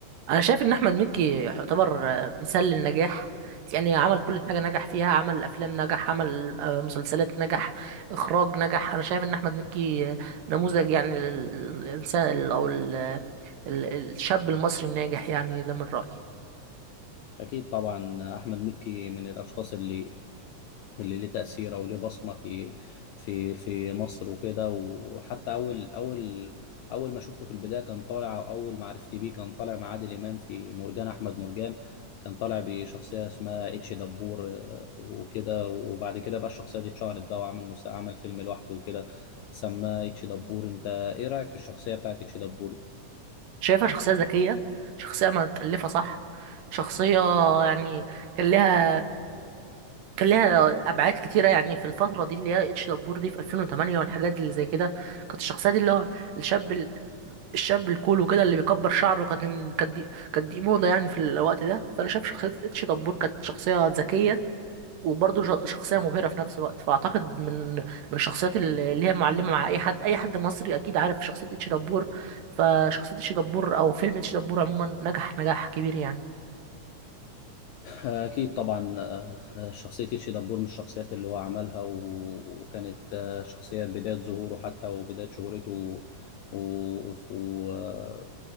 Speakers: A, on the right; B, on the left.
A: انا شايف ان احمد مكي يعتبر آه، مثال للنجاح يعني عمل كل حاجه نجح فيها عمل افلام نجح عمل آه، مسلسلات نجح اخراج نجح انا شايف ان احمد مكي آه، نموذج يعني لل- للانسان او ال- ال- الشاب المصري الناجح يعني ده من رايي
B: اكيد طبعا احمد مكي من الاشخاص اللي اللي ليه تأثير أو ليه بصمة في في في مصر وكده وحتى أول أول أول ما شفته في البداية كان طالع أو أول معرفتي بيه كان طالع مع عادل إمام في مرجان أحمد مرجان كان طالع بشخصية اسمها اتش دبور آه، وكده وبعد كده بقى الشخصية دي اتشهرت بقى وعمل مس- عمل فيلم لوحده وكده سماه اتش دبور أنت إيه رأيك في الشخصية بتاعت اتش دبور؟
A: شايفها شخصيه ذكيه شخصيه متالفه صح شخصيه يعني كان لها كان ليها ابعاد كتيره يعني في الفتره دي اللي هي اتش دبور دي في 2008 والحاجات اللي زي كده كانت الشخصيه دي اللي هو الشاب ال- الشاب الكول وكده اللي بيكبر شعره كانت كانت دي كانت دي موضه يعني في الوقت ده فانا شايف شخصيه اتش دبور كانت شخصيه ذكيه وبرضه ش- شخصيه مبهره في نفس الوقت فاعتقد من من الشخصيات اللي اللي هي معلمه مع اي حد اي حد مصري اكيد عارف شخصيه اتش دبور فشخصيه اتش دبور او فيلم اتش دبور عموما نجح نجاح كبير يعني
B: أكيد طبعا آه، شخصية تيتشي دبور من الشخصيات اللي هو عملها و- وكانت آه، شخصية بداية ظهوره حتى وبداية شهرته و... و... و... آه،